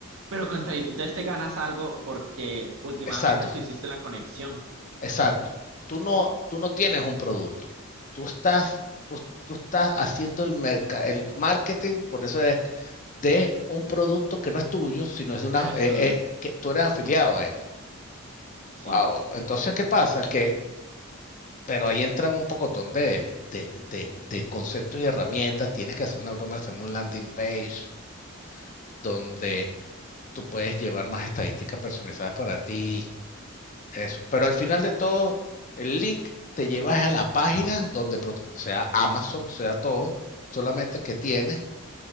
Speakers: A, on the right; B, on the left.
A: Pero contra, entonces te ganas algo porque últimamente
B: Exacto.
A: tú hiciste la conexión,
B: Exacto. Tú no, tú no tienes un producto. Tú estás, tú, tú estás haciendo el, merca- el marketing, por eso es de un producto que no es tuyo, sino es de una,
A: que no es
B: eh,
A: tuyo.
B: eh, que tú eres afiliado a él.
A: Sí,
B: Wow. Entonces, ¿qué pasa? Que, pero ahí entran un pocotón de, de, de, de conceptos y herramientas. Tienes que hacer una broma, hacer un landing page donde tú puedes llevar más estadísticas personalizadas para ti. Eso. Pero al final de todo, el link te lleva a la página donde sea Amazon, sea todo, solamente que tienes